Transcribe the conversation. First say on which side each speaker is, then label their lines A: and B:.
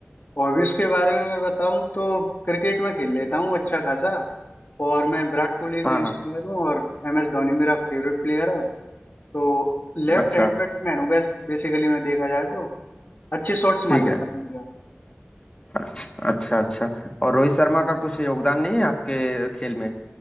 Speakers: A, on the left; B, on the left.
A: हॉबीज के बारे में मैं बताऊं तो क्रिकेट में खेल लेता हूँ अच्छा खासा और मैं विराट कोहली से
B: हाँ
A: इंस्पायर
B: हाँ
A: हूँ और एम एस धोनी मेरा फेवरेट प्लेयर है तो लेफ्ट
B: अच्छा
A: हैंड बैट्समैन हूँ बस बेसिकली मैं देखा जाए तो अच्छे शॉट्स मार
B: ठीक
A: लेता
B: है
A: हूँ मैं।
B: अच्छा अच्छा अच्छा और रोहित शर्मा का कुछ योगदान नहीं है आपके खेल में